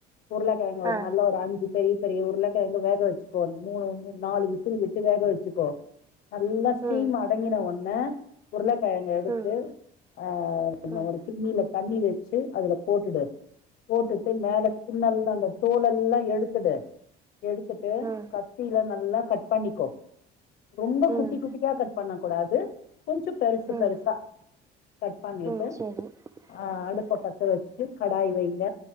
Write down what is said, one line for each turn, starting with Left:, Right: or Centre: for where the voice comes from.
Left: உருளக்கெழங்கு ஒரு
Right: ஆ
Left: நல்ல ஒரு அஞ்சி பெரிய பெரிய உருளக்கெழங்கு வேக வச்சுக்கோ மூணு நாலு விசில் விட்டு வேக வச்சுக்கோ நல்லா ஸ்ட்ரீம்
Right: ம்
Left: அடங்கின ஒன்ன உருளக்கெழங்க எடுத்து
Right: ம் ம்
Left: ஆ ந
Right: ம்
Left: ஒரு கிண்ணில தண்ணி வெச்சு அதுல போட்டுடு போட்டுட்டு மேல ஸ்கின் எல்லா அந்த தோல் எல்லா எடுத்துடு எடுத்துட்டு
Right: ம்
Left: கத்தில நல்லா கட் பண்ணிக்கோ ரொம்ப
Right: ம்
Left: குட்டி குட்டியா கட் பண்ண கூடாது கொஞ்சோ பெருசு
Right: ம்
Left: பெருசா கட் பண்ணிட்டு
Right: ம் சரி
Left: ஆ அடுப்ப
Right: ம்
Left: பத்த வச்சுட்டு கடாய் வைங்க